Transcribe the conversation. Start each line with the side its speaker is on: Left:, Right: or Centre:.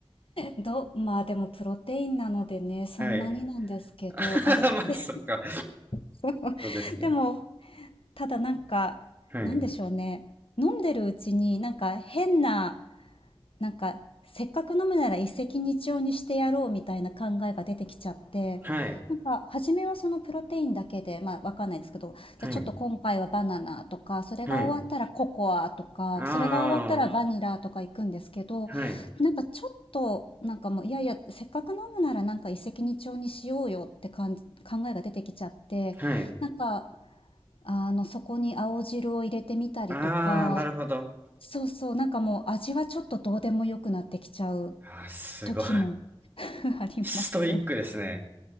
Left: ど、まあでもプロテインなのでね、そんなになんですけど、
Right: はい。<laughs> まあ、
Left: あれって、
Right: そっか。
Left: <laughs> そう
Right: そうですね。
Left: でもただなんか、
Right: はい、
Left: なんでしょうね。飲んでるうちになんか変な、なんかせっかく飲むなら一石二鳥にしてやろうみたいな考えが出てきちゃって、
Right: はい、
Left: なんか初めはそのプロテインだけで、まあわかんないですけど、
Right: はい、
Left: じゃあちょっと今回はバナナとか、それが終わったらココアとか、
Right: はい。ああ、
Left: それが終わったらバニラとか行くんですけど、
Right: はい。
Left: なんかちょっと、なんかもう、いやいや、せっかく飲むならなんか一石二鳥にしようよって感じ、考えが出てきちゃって、
Right: はい。
Left: なんかあの、そこに青汁を入れてみたりとか、
Right: ああ、なるほど。
Left: そうそう、なんかもう味はちょっとどうでもよくなってきちゃう
Right: あー、すごい。
Left: 時も <laughs> あります。
Right: ストイックですね。